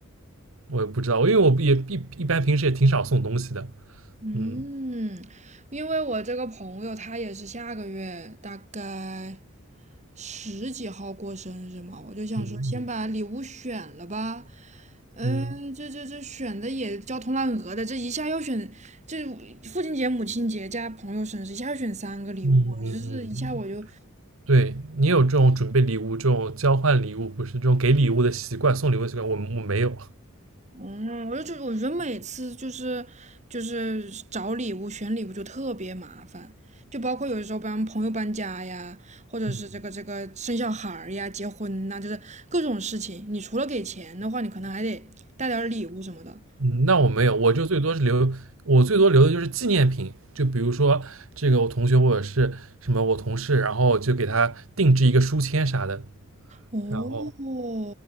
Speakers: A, on the right; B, on the right.
A: 我也不知道，因为我也一一般平时也挺少送东西的，
B: 嗯，
A: 嗯
B: 因为我这个朋友他也是下个月大概十几号过生日嘛，我就想说先把礼物选了吧。
A: 嗯
B: 嗯，
A: 嗯
B: 这这这选的也焦头烂额的，这一下要选，这父亲节、母亲节加朋友生日，一下要选三个礼物，
A: 嗯嗯嗯嗯，
B: 就是一下我就
A: 嗯对你有这种准备礼物、这种交换礼物，不是这种给礼物的习惯、送礼物的习惯，我我没有。
B: 嗯，我就觉得，我觉得每次就是就是找礼物、选礼物就特别麻烦，就包括有的时候帮朋友搬家呀，或者是这个这个生小孩儿呀、
A: 嗯
B: 结婚呐、就是各种事情。你除了给钱的话，你可能还得带点儿礼物什么的。
A: 嗯，那我没有，我就最多是留，我最多留的就是纪念品，就比如说这个我同学或者是什么我同事，然后就给他定制一个书签啥的，
B: 哦
A: 然后